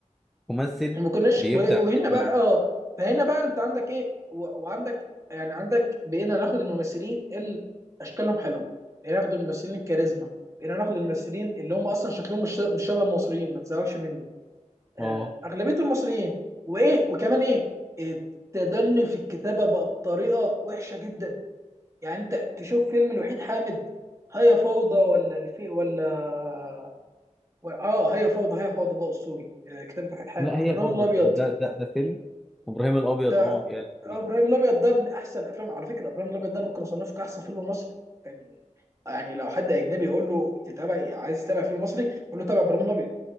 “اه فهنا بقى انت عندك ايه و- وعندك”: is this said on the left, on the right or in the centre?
Right